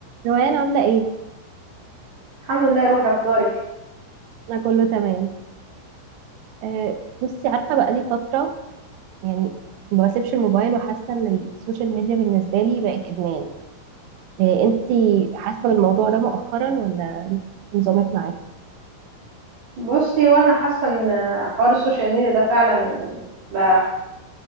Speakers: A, on the right (about 85°); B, on the right (about 55°).
A: روان عاملة ايه؟
B: الحمد لله روحي اخبارك
A: أنا كله تمام أه بصي عارفة بقالي فترة يعني ما بسيبش الموبايل وحاسة إن السوشيال ميديا بالنسبة لي بقت إدمان أه انتي حاسة بالموضوع ده مؤخرا ولا نظامك معاه؟
B: بصي وانا حاسه ان حوار السوشيال ميديا ده فعلا بقى